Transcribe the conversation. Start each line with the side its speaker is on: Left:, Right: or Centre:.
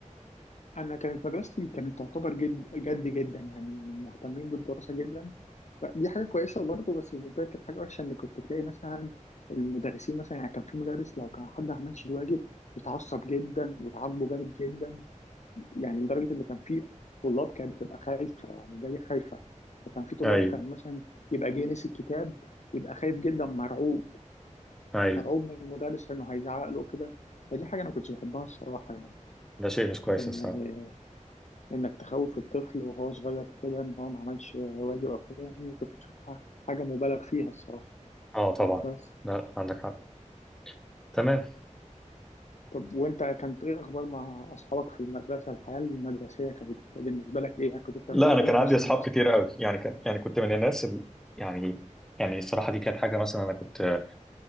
Left: انا كانت مدرستي كانت تعتبر جد جد جدا يعني مهتمين بالدراسه جدا فدي حاجه كويسه برضه بس بالنسبه لي كانت حاجه وحشه ان كنت تلاقي مثلا المدرسين مثلا يعني كان في مدرس لو كان حد ما عملش الواجب يتعصب جدا ويعاقبه جامد جدا يعني لدرجه ان كان في طلاب كانت بتبقى خايفه يعني جايه خايفه فكان في طلاب
Centre: ايوه
Left: كان مثلا يبقى جاي نسي الكتاب يبقى خايف جدا مرعوب
Centre: ايوه
Left: مرعوب من المدرس انه هيزعق له كده فدي حاجه انا ما كنتش بحبها الصراحه
Centre: ده شيء مش كويس
Left: يعني
Centre: الصراحه
Left: انك تخوف الطفل وهو صغير كده ان هو ما عملش واجب او كده يعني كنت بشوفها حاجه مبالغ فيها الصراحه
Centre: اه طبعا
Left: بس
Centre: لا عندك حق تمام
Left: طب وانت كانت ايه اخبار مع اصحابك في المدرسه الحياه المدرسيه كانت بالنسبه لك ايه يعني كنتوا بتعملوا
Centre: لا
Left: ايه
Centre: انا
Left: في
Centre: كان
Left: الفسحه
Centre: عندي اصحاب
Left: مثلا
Centre: كتير قوي يعني كان يعني كنت من الناس ال... يعني يعني الصراحه دي كانت حاجه مثلا انا كنت